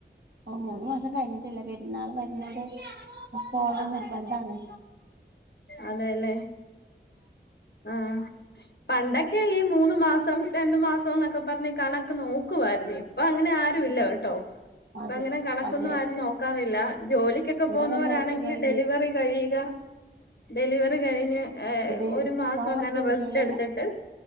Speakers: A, on the right; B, on the left.
A: ഓ മുന്നു മാസം കഴിഞ്ഞിട്ടില്ല പെരുന്നാൾ വരുന്നാള് പോകന്ന ഇപ്പ നിർബന്താണ്
B: അതെല്ലേ ആഹ് പണ്ടൊക്കെ ഈ മൂന്ന് മാസം രണ്ടു മാസം എന്നൊക്കെ പറഞ്ഞ് കണക്ക് നോക്കുവാരുന്ന ഇപ്പ അങ്ങനെ ആരും ഇല്ല കേട്ടോ ഇപ്പ
A: അതെ
B: അങ്ങനെ കണക്കൊന്നും
A: അതെ
B: ആരും നോക്കാറില്ല ജോലി ക്ക്
A: പണ്ടങ്ങനെ
B: പോവന്നവരാണെങ്കി
A: നോക്കുവായിരുന്നു
B: ഡെലിവറി കഴിയുക ഡെലിവറി കഴിഞ്ഞ്
A: <unintelligible>
B: ഒരു മാസം അങ്ങനെ
A: വിഷയല്ല
B: റെസ്റ്റ് എടുത്തിട്ട്